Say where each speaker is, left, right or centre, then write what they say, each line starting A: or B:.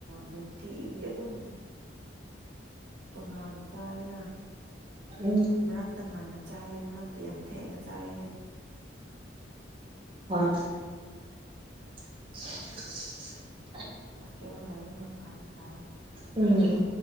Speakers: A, on the right (about 75°); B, on the right (about 25°).
A: ꯅꯨꯡꯇꯤꯗꯤ ꯑꯗꯨꯝ ꯇꯣꯉꯥꯟꯅ ꯆꯥꯏ ꯑꯩꯅ
B: ꯎꯝ
A: ꯃꯛ ꯇꯪꯒꯥꯟꯅ ꯆꯥꯏꯑ ꯃꯔꯛꯇ ꯌꯥꯝ ꯊꯦꯡꯅ ꯆꯥꯏꯑ
B: ꯍꯣꯏ <inaudible>
A: ꯐꯇ ꯂꯩꯕꯅ ꯐꯥꯔ ꯄꯥꯏ
B: ꯎꯝ